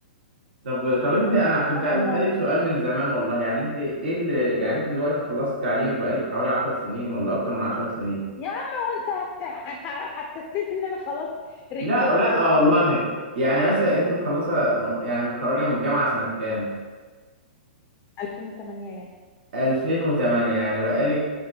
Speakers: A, on the right; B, on the left.
A: طب طب انت انا كنت
B: سبحان
A: عايز
B: الله
A: اسالك سؤال من زمان والله يعني انت ايه اللي يعني انت دلوقتي خلصت تعليمك بقالك حوالي 10 سنين ولا اكتر من 10 سنين
B: يا عم وانت هت- <laughs> حسستني ان انا خلاص رجلي
A: لا لا
B: في
A: آه
B: القبر
A: والله
B: و-
A: يعني مثلا انت مخلصه يعني متخرجه من الجامعه سنه كام
B: 2008 يلا
A: 2008
B: <laughs>
A: يعني بقالك